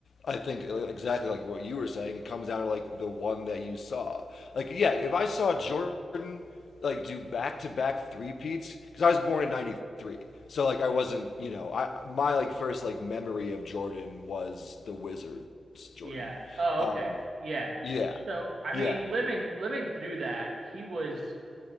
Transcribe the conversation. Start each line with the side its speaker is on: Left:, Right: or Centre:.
Left: I think, like, exactly like what you were saying, it comes down to like the one that you saw. Like yeah,
Right: Yeah.
Left: if I saw Jordan like do back to back three peats because I was born in '93. So like I wasn't, you know, I my like first like memory of Jordan was the Wizard it's Jordan.
Right: Yeah. Oh,
Left: Um,
Right: okay. Yeah.
Left: yeah,
Right: So I
Left: yeah,
Right: mean, living living through that, he was